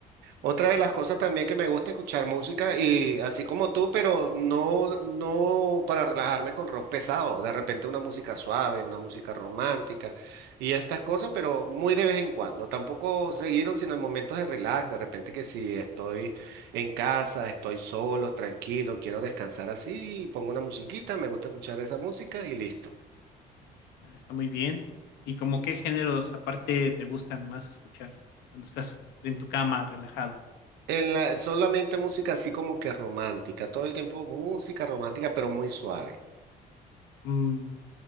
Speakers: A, on the right; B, on the left.
A: Otra de las cosas también que me gusta escuchar música y así como tú, pero no, no para relajarme con rock pesado, de repente una música suave, una música romántica y estas cosas, pero muy de vez en cuando, tampoco seguido, sino en momentos de relax, de repente que si estoy en casa, estoy solo, tranquilo, quiero descansar así, pongo una musiquita, me gusta escuchar esa música y listo.
B: Ah, Está muy bien. ¿Y como qué géneros aparte te gustan más escuchar cuando estás en tu cama relajado?
A: En la, solamente música así como que romántica, todo el tiempo música romántica, pero muy suave.
B: Mm,